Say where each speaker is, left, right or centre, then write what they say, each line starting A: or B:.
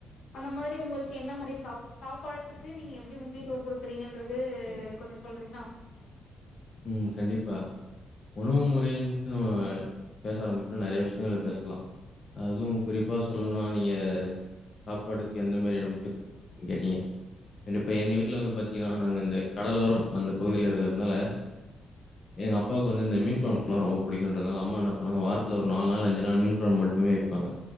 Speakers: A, on the left; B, on the left.
A: அந்த மாதிரி உங்குளுக்கு என்ன மாதிரி சா சாப்பாடுக்கு நீங்க எப்டி முக்கியத்துவம் குடுக்குறீங்கன்றது கொஞ்ச சொலுங்க சொல்றிங்ளா
B: உம் கண்டிப்பா உணவு முறையின்டு நம்ம பேச ஆரம்பிச்சுட்டு நெறைய விஷயங்கள் பேசலா அதுவுமகுறிப்பா சொல்லும்னா நீங்க சாப்பாட்டுக் எந்த மாரியான முக்யத் கேட்டிங்க கண்டிப்பா எங்க வீட்ல வந்து பாத்தீங்கன்னா நாங்க இந்த கடலோர அந்த பகுதில இருக்கற்துனால எங்கஅப்பாவுக்கு வந்து இந்த மீன் கொழம்புலா ரொம்ப புடிக்குன்றத்னால அம்மா என்ன பண்ணாவாங்க வாரத்துல ஒரு நால் நாள் அஞ்சு நாள் மீன் குழம்பு மட்டுமே பாங்க